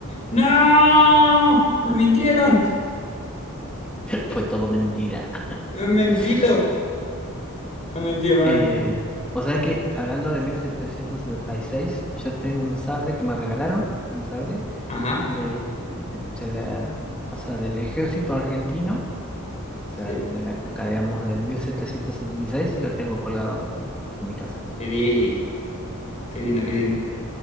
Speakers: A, on the left; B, in the centre.
A: ¡No! Me mintieron.
B: Fue todo mentira.
A: Me han mentido.
B: <laughs>
A: Me han mentido, me han
B: Eh,
A: mentido.
B: o sea es que hablando de 1776 yo tengo un sable que me regalaron, un sable
A: Ajá.
B: de, de la, o sea, del ejército argentino, o sea,
A: Sí.
B: de la época, digamos, de 1776 y seis, y lo tengo colgado en mi casa.
A: Qué lindo, qué lindo, qué lindo.